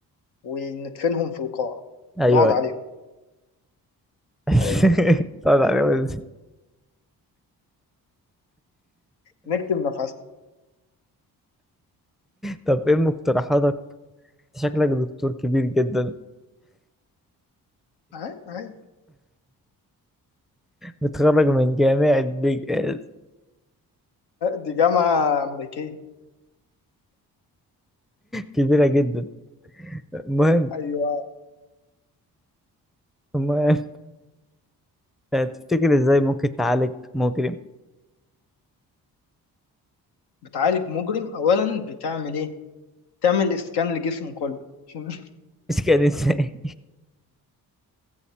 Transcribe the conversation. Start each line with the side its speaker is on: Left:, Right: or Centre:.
Left: وندفنهم في القاع
Centre: ايوه
Left: ونقعد عليهم
Centre: <laughs>
Left: ايوه
Centre: طبعا عليهم إزاي؟
Left: نكتم نفسنا
Centre: طب ايه مقترحاتك أنت شكلك دكتور كبير جدا
Left: أي- أي.
Centre: ومتخرج من جامعة بيج اس
Left: دي جامعة أمريكية
Centre: كبيرة جدا المهم
Left: ايوه
Centre: المهم آه، تفتكر ازاي ممكن تعالج مجرم
Left: بتعالج مجرم اولا بتعمل ايه تعمل اسكان لجسمه كله عشان <laughs>
Centre: مش كده ازاي